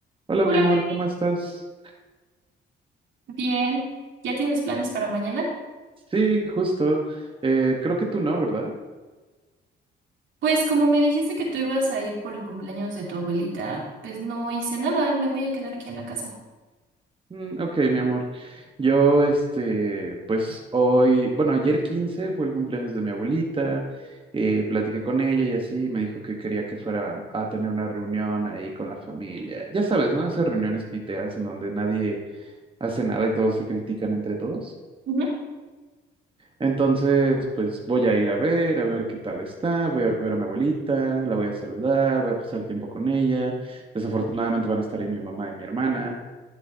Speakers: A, on the right; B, on the right.
A: Hola,
B: Hola,
A: mi amor,
B: baby.
A: ¿cómo estás?
B: Bien. ¿Ya tienes planes para mañana?
A: Sí, justo. Eh, creo que tú no, ¿verdad?
B: Pues como me dijiste que tú ibas a ir por el cumpleaños de tu abuelita, pues no hice nada, me voy a quedar aquí en la casa.
A: Mm, ok, mi amor. Yo, este, pues hoy, bueno, ayer 15 fue el cumpleaños de mi abuelita, eh, platiqué con ella y así, me dijo que quería que fuera a tener una reunión ahí con la familia. Ya sabes, ¿no? Esas reuniones piteras en donde nadie hace nada y todos se critican entre todos.
B: Ujú.
A: Entonces, pues voy a ir a ver, a ver qué tal está, voy a ver a mi abuelita, la voy a saludar, voy a pasar tiempo con ella. Desafortunadamente van a estar ahí mi mamá y mi hermana,